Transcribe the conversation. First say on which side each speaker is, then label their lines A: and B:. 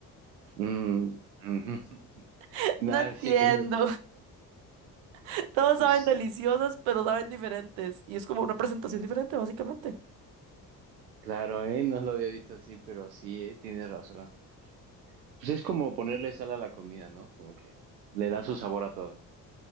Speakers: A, on the right; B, on the right.
A: Mm, ujú. <laughs>
B: <laughs>
A: Nah,
B: No entiendo.
A: sí que no sé.
B: <laughs> Todos
A: Pues
B: saben deliciosas, pero saben diferentes. Y es como una presentación diferente, básicamente.
A: claro, eh, no lo había visto así, pero sí, eh, tienes razón. Pues es como ponerle sal a la comida, ¿no? Como que le da su sabor a todo.